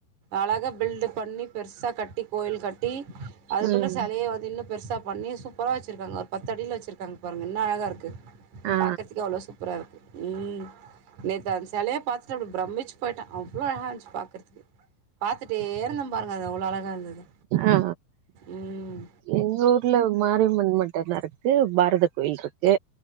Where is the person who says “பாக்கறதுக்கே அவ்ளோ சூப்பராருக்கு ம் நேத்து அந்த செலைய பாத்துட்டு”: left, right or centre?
Right